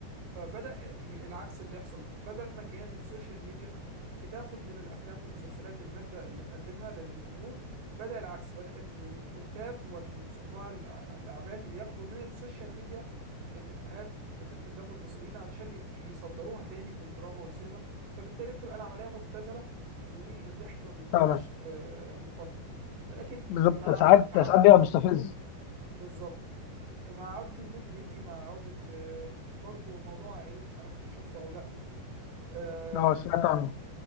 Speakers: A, on the right; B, on the left.
A: فبدأ ي- العكس اللي يحصل بدل ما كان السوشيال ميديا بتاخد من الأفلام والمسلسلات المادة اللي تقدمها للجمهور بدأ العكس بدأ ال- الكتاب والصناع الع- الأعمال ياخدوا من السوشيال ميديا الإفيهات بخفة دم المصريين علشان ي- يصدروها تاني في الدراما والسينما فبالتالي بتبقى العملية مبتذلة والضحك ما بيكونش
B: فعلا
A: آه، مقدم ولكن
B: بالظبط
A: مع
B: ساعات
A: عودة
B: ساعات بيبقى
A: ال...
B: مستفز
A: بالظبط ومع عودة البيت بيتي مع عودة آه، برضو موضوع عائلي مش عارف انت شفته او لا آه،
B: اه سمعت عنه